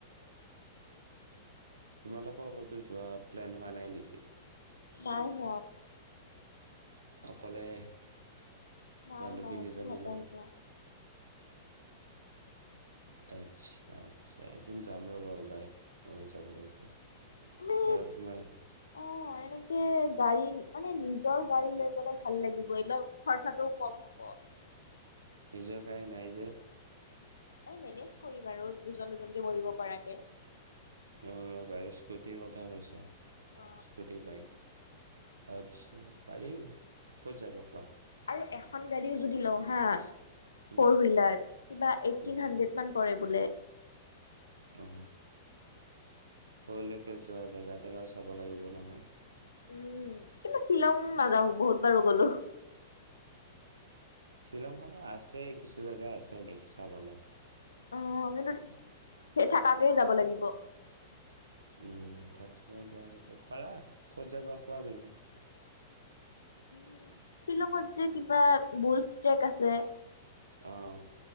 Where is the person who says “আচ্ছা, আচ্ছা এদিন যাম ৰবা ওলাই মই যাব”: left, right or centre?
Right